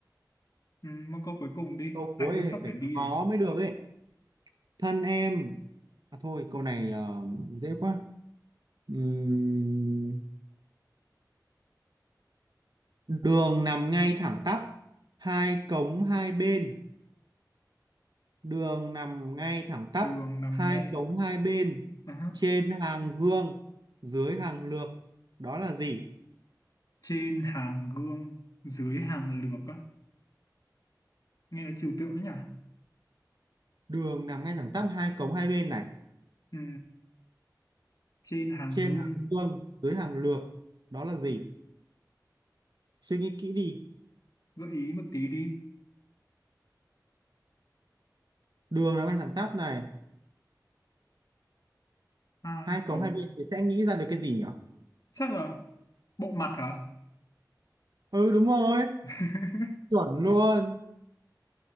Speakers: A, on the left; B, on the right.
A: ừ, một câu cuối cùng đi
B: Câu
A: anh
B: cuối
A: cũng sắp
B: thì phải
A: phải đi
B: khó
A: rồi
B: mới được ấy. Thân em. À thôi câu này ờ, dễ quá. Ừm, Đường nằm ngay thẳng tắp. Hai cống hai bên. Đường nằm ngay thẳng tắp.
A: đường nằm
B: Hai
A: ngay
B: cống hai bên.
A: Ờ hả.
B: Trên hàng gương. Dưới hàng lược. Đó là gì?
A: trên hàng gương dưới hàng lược á nghe nó trừu tượng đấy nhỉ
B: Đường nằm ngay thẳng tắp. Hai cống hai bên này.
A: ừ. trên hàng
B: Trên
A: gương
B: hàng gương. Dưới hàng lược. Đó là gì? Suy nghĩ kỹ đi.
A: gợi ý một tí đi
B: đường nó ngay thẳng tắp này
A: hai
B: hai cống
A: cống
B: hai bên thì sẽ nghĩ ra được cái gì nhỉ
A: chắc là bộ mặt hả
B: ừ đúng rồi
A: <laughs>
B: chuẩn luôn